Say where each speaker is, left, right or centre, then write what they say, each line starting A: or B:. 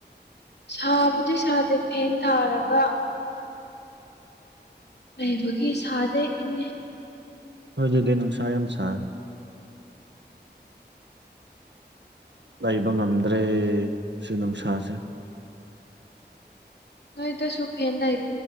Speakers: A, on the left; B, on the right.
A: ꯁꯥꯕꯨꯗꯤ ꯁꯥꯗꯦ ꯐꯦꯟ ꯊꯥꯔꯒ ꯂꯩꯕꯒꯤ ꯁꯥꯗ‌ꯦ ꯏꯪꯉꯦ
B: ꯍꯣꯏꯗꯗꯤ ꯅꯨꯡꯁꯥ ꯌꯥꯝ ꯁꯥꯏ ꯂꯩꯕ ꯉꯝꯗ꯭ꯔꯦ ꯁꯤ ꯅꯨꯡꯁꯥꯁꯦ
A: ꯅꯣꯏꯗꯁꯨ ꯐꯦꯟ ꯂꯩ